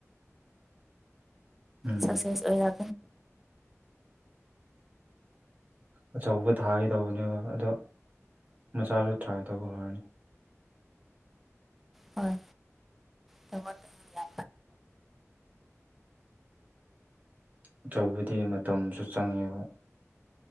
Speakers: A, on the right; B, in the centre.
A: <inaudible> <unintelligible> ꯎꯝ
B: ꯁꯛꯁꯦꯁ ꯑꯣꯏꯔ
A: ꯑꯆꯧꯕ ꯊꯥꯈꯤꯗꯧꯕꯅꯦꯕ ꯑꯗꯣ ꯃꯆꯥꯁꯨ ꯇ꯭ꯔꯥꯏ ꯇꯧꯕꯈꯔꯅꯤ
B: ꯍꯣꯏ ꯇꯃ ꯇ ꯌꯥ
A: ꯑꯆꯧꯕꯗꯤ ꯃꯇꯝꯁꯨ ꯆꯪꯉꯦꯕ